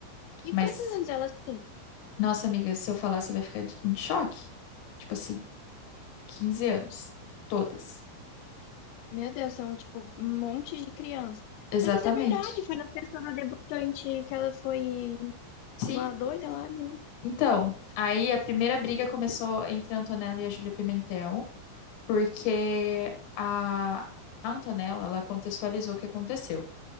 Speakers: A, on the left; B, on the left.
A: E
B: Mas,
A: quantos anos elas têm?
B: nossa amiga, se eu falar, você vai ficar de- em choque. Tipo assim, 15 anos. Todas.
A: Meu Deus, são tipo um monte de criança.
B: Exatamente.
A: Meu Deus, é verdade, foi na festa da debutante que ela foi
B: Sim.
A: igual a doida lá, né?
B: Então, aí a primeira briga começou entre a Antonella e a Júlia Pimentel, porque a a Antonella, ela contextualizou o que aconteceu.